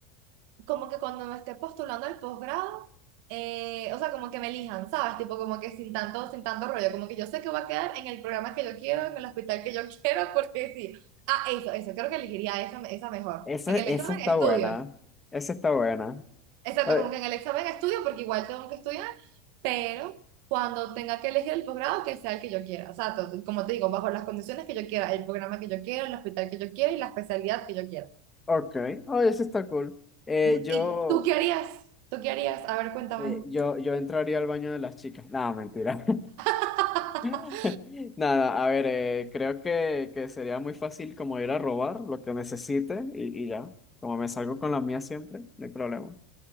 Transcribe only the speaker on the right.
como que cuando me esté postulando al posgrado, eh, o sea, como que me elijan, ¿sabes? Tipo, como que sin tanto, sin tanto rollo, como que yo sé que voy a quedar en el programa que yo quiero, en el hospital que yo <laughs> quiero, porque sí. Ah, eso, eso, creo que elegiría esa, esa mejor.
En el
examen
estudio,
exacto,
como que en el examen estudio, porque igual tengo que estudiar, pero cuando tenga que elegir el posgrado, que sea el que yo quiera, o sea, to- como te digo, bajo las condiciones que yo quiera, el programa que yo quiero, el hospital que yo quiero y la especialidad que yo quiera.
Ujú.
¿Y tú qué harías? ¿Tú qué harías? A ver, cuéntame.
<laughs>